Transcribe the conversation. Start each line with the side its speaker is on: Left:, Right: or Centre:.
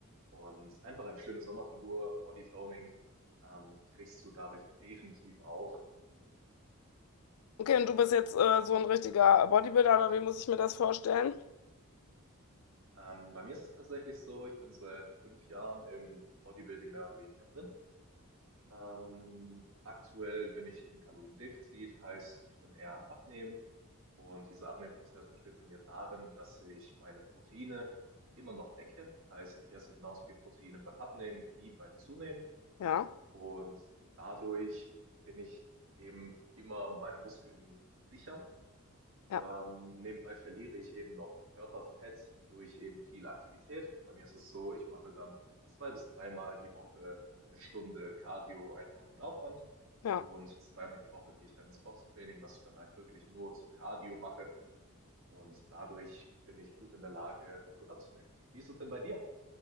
Right: Und einfach eine schöne Sommerfigur, Bodytoning, ähm, kriegst du dadurch definitiv auch.
Left: Okay, und du bist jetzt äh, so ein richtiger Bodybuilder, oder wie muss ich mir das vorstellen?
Right: Ähm, bei mir ist es tatsächlich so, ich bin seit fünf Jahren im Bodybuilding mehr oder weniger drin Ähm, aktuell bin ich im Kaloriendefizit, heißt, ich bin eher am Abnehmen. Und dieser Abnehmprozess besteht bei mir darin, dass ich meine Proteine immer noch decke. Heißt, ich esse genauso viel Proteine beim Abnehmen wie beim Zunehmen.
Left: Ja,
Right: Und dadurch bin ich eben immer meine Muskeln sicher.
Left: ja,
Right: Ähm, nebenbei verliere ich eben noch Körperfett durch eben viel Aktivität. Bei mir ist es so, ich mache dann zwei bis dreimal die Woche eine Stunde Cardio einfach auf dem Laufband.
Left: ja.
Right: Und zweimal die Woche gehe ich dann ins Boxtraining, was ich dann halt wirklich nur zur Cardio mache. Und dadurch bin ich gut in der Lage, gut abzunehmen. Wie ist es denn bei dir?